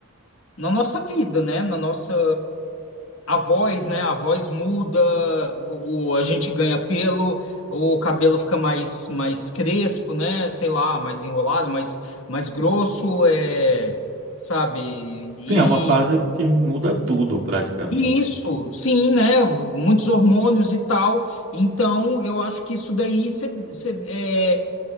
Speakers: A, on the left; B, on the right.
A: na nossa vida, né? Na nossa a voz, né? A voz muda, o, a gente ganha pelo, o cabelo fica mais, mais crespo, né? Sei lá, mais enrolado, mais, mais grosso, é, sabe? E,
B: Sim, é uma fase que muda tudo praticamente.
A: e isso, sim, né? Muitos hormônios e tal. Então, eu acho que isso daí você